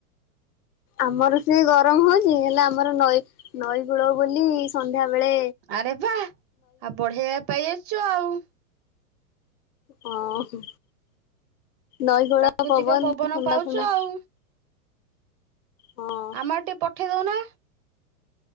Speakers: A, on the left; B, on the right.
A: ଆମର ସେଇ ଗରମ ହଉଚି ହେଲେ ଆମର ନଈ ନଈ କୂଳ ବୋଲି ସନ୍ଧ୍ୟାବେଳେ
B: ଆରେ ବାଃ ଆଉ ବଢିଆ ଯାଗା ପାଇ ଯାଇଚୁ ଆଉ।
A: ହଁ ହଁ ନଈକୂଳ
B: ପ୍ରାକୃତିକ
A: ପବନ ଥଣ୍ଡା
B: ପାଉଛ
A: ଥଣ୍ଡା।
B: ଆଉ।
A: ହଁ।
B: ଆଉ ଟିକେ ପଠେଇ ଦୋଉନ?